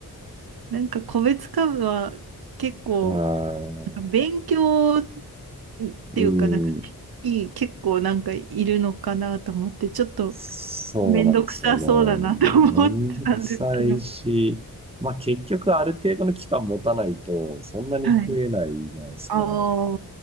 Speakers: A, on the right; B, on the right.
A: なんか、個別株は結構、
B: あー
A: なんか勉強っ
B: うん、
A: ていうか、なんか、いい結構なんかいるのかなと思って、ちょっと
B: そうなんですよね。
A: めんどくさそうだなと思ってたんですけど。
B: めんどくさいし、まあ結局ある程度の期間持たないと、そんなに増えないじゃないですか。
A: はい。ああ、